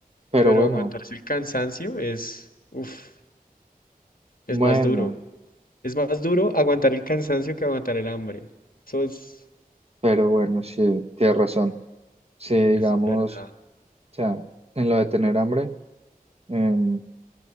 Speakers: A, on the right; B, on the left.
A: Pero
B: pero
A: bueno,
B: aguantarse el cansancio es, uff,
A: bueno,
B: es más duro. Es más duro aguantar el cansancio que aguantar el hambre. Eso es,
A: pero bueno, sí, tienes razón. Si digamos,
B: eso es verdad.
A: o sea, en lo de tener hambre, em,